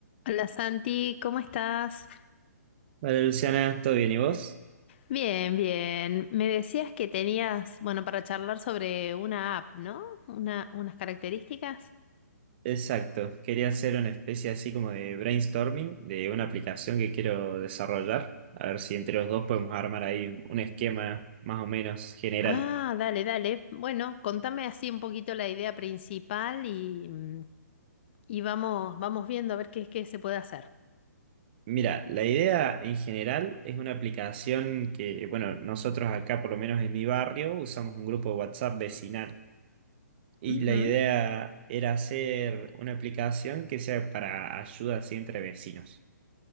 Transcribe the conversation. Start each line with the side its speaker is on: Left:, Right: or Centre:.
Left: Hola Santi, ¿cómo estás?
Right: Vale, Luciana, ¿todo bien? ¿Y vos?
Left: Bien, bien. Me decías que tenías, bueno, para charlar sobre una app, ¿no? Una, unas características.
Right: Exacto, quería hacer una especie así como de brainstorming de una aplicación que quiero desarrollar. A ver si entre los dos podemos armar ahí un esquema más o menos general.
Left: Ah, dale, dale. Bueno, contame así un poquito la idea principal y, mm, y vamos, vamos viendo a ver qué, qué se puede hacer.
Right: Mira, la idea en general es una aplicación que, bueno, nosotros acá, por lo menos en mi barrio, usamos un grupo de WhatsApp vecinal. Y
Left: Ujú.
Right: la idea era hacer una aplicación que sea para ayuda así entre vecinos.